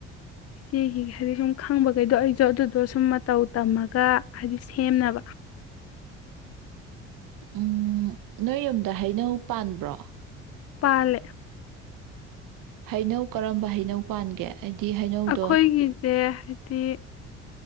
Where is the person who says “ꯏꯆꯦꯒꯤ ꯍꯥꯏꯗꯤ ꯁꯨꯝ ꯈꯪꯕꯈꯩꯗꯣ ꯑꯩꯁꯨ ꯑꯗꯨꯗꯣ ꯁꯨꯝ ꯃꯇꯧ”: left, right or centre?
Left